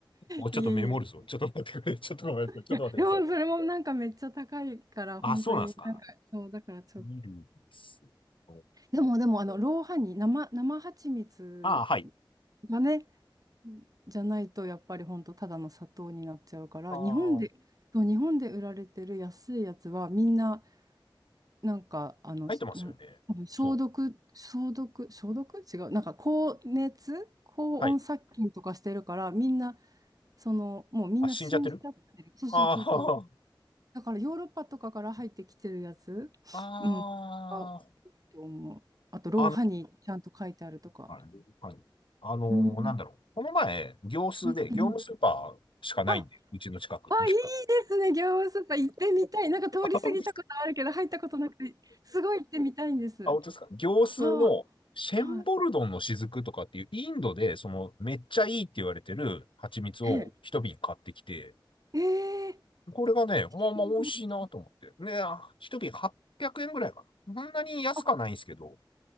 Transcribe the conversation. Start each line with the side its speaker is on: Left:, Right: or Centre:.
Left: お、ちょっとメモるぞ。
Right: 家にも。
Left: ちょっと待ってくれ。ちょっとごめんなさい。ちょっと待ってください。
Right: いや、でもそれもなんかめっちゃ高いから、
Left: あ、
Right: 本当に、
Left: そうなんですか。
Right: なんか、そう、だからちょっと。
Left: ミルです。あ
Right: でも、でも、あの、ローハニー、生、生蜂蜜
Left: あ、はい。
Right: がね、じゃないと、やっぱり本当ただの砂糖になっちゃうから、
Left: ああ、
Right: 日本で、そう、日本で売られてる安いやつは、みんな、なんか、あの、
Left: 入ってますよね。
Right: なん、多分消毒、
Left: そう。
Right: 消毒、消毒違う。なんか、高熱、高温殺菌とかしてるから、
Left: はい。
Right: みんな、その、もうみんな死んじゃってる。
Left: あ、死んじゃってる
Right: そうそうそうそう。
Left: あ
Right: だからヨーロッパとかから入ってきてるやつ、
Left: あ、
Right: うん、が多いと思う。
Left: あ
Right: あと、ローハニーちゃんと書いてあるとか。
Left: あ、あの、あれ、はい。あのなんだろう。
Right: うん。
Left: この前、業スーで、
Right: うんうん
Left: 業務スーパーしかないんで、
Right: あ、
Left: うちの近く。
Right: あ、
Left: <laughs>
Right: いいですね、業務スーパー行ってみたい。なんか通り過ぎたことあるけど、
Left: あ、本当ですか
Right: 入ったことなくて、すごい行ってみたいんです。
Left: あ、本当ですか業スーの、
Right: あ
Left: シェンボルドンの雫とかっていう、
Right: あ、はい。
Left: インドで、その、めっちゃいいって言われてる蜂蜜を一瓶買ってきて、
Right: へえ、えー、
Left: これがね、まあまあ美味しいなと思って。
Right: チキンボールと
Left: ね、あ一瓶800円ぐらいかな。そんなに安くはないんですけど、
Right: あ、